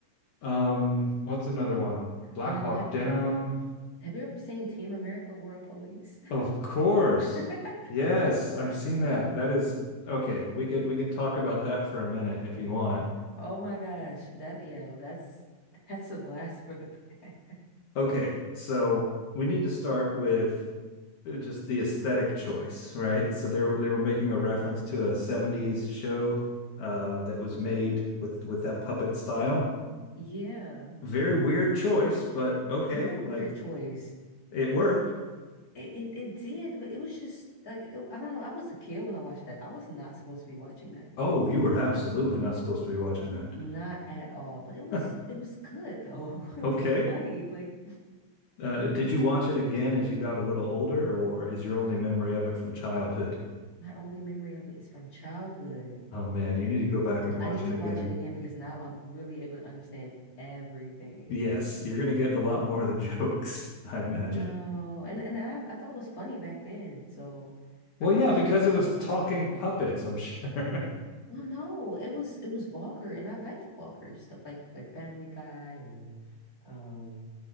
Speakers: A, on the left; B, on the left.
A: Um, what's another one? Black
B: Um,
A: Hawk
B: ha
A: Down.
B: have you ever seen Team America World Police? <laughs>
A: Of course. Yes, I've seen that. That is okay. We could we could talk about that for a minute if you want.
B: Oh my gosh, that yeah, that's that's a blast for the past.
A: Okay, so we need to start with uh, just the aesthetic choice, right? So they were they were making a reference to a 70s show uh that was made with with that puppet style.
B: <laughs> Yeah,
A: Very weird choice, but okay,
B: very weird
A: like
B: choice.
A: it worked.
B: It, it it did, but it was just like it, I don't know. I was a kid when I watched that. I was not supposed to be watching that,
A: Oh, you were absolutely not supposed to be watching that.
B: not at all. But it was
A: <laughs>
B: it was good though. <laughs> It
A: Okay,
B: was funny. Like
A: Uh, did you watch it again as you got a little older, or is your only memory of it from childhood?
B: my only memory of it is from childhood.
A: Oh man, you need to go back and watch
B: I need
A: it
B: to
A: again.
B: watch it again because now I'm really able to understand everything.
A: Yes, you're going to get a lot more of the <laughs> jokes, I imagine.
B: No, and and I I thought it was funny back then, so
A: Well,
B: I'm
A: yeah,
B: pretty
A: because
B: sure it's gonna
A: it was
B: be even
A: talking
B: more funny now.
A: puppets, I'm sure. <laughs>
B: Well, no, it was it was vulgar, and I liked vulgar stuff like like Family Guy or, um,